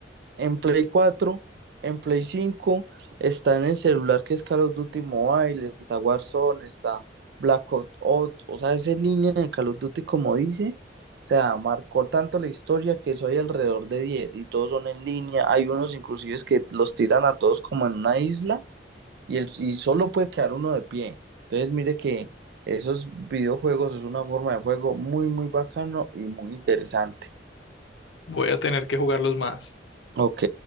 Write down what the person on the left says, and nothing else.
Voy a tener que jugarlos más.